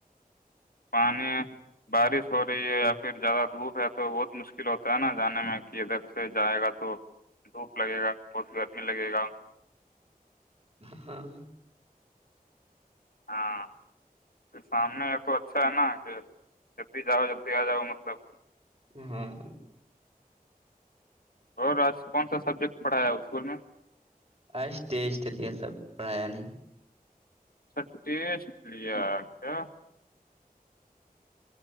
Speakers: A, on the left; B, on the right.
A: پانی بارش ہو رہی ہے یا پھر زیادہ دھوپ ہے تو بہت مشکل ہوتا ہے نا جانے میں کہ ادھر سے جائے گا تو دھوپ لگے گا بہت گرمی لگے گا
B: ہاں
A: ہاں سامنے یہ تو اچھا ہے نا کہ ج ہی جاؤ جلدی آ جاؤ مطلب
B: ہاں
A: اور آج کون سا سبجیکٹ پڑھایا ہے اسکول میں
B: اس ئیسٹ لے سب پرڑا نہیں
A: سٹیس لیا آ کیا